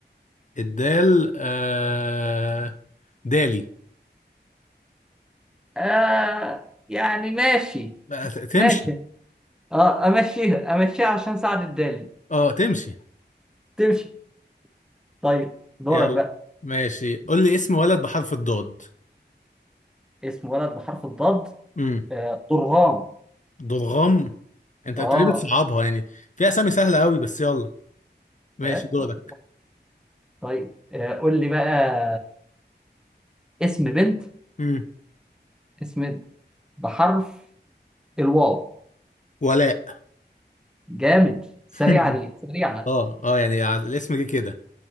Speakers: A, on the left; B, in the centre.
A: الدال آه دالي
B: آه يعني ماشي
A: بقى ت- تمشي
B: ماشي اه امشيها امشيها عشان سعد الدالي
A: اه تمشي
B: تمشي طيب دورك
A: يلا
B: بقى
A: ماشي قول لي اسم ولد بحرف الضاد
B: اسم ولد بحرف الضاد
A: امم
B: آه طرغام
A: ضرغام انت
B: اه
A: تقريبا بتصعبها يعني في اسامي سهله قوي بس يلا ماشي
B: آه،
A: دورك
B: طيب آه قول لي بقى اسم بنت
A: امم
B: اسم بنت بحرف الواو
A: ولاء
B: جامد سريعة
A: <laughs>
B: دي سريعة
A: اه اه يعني على- الاسم جه كده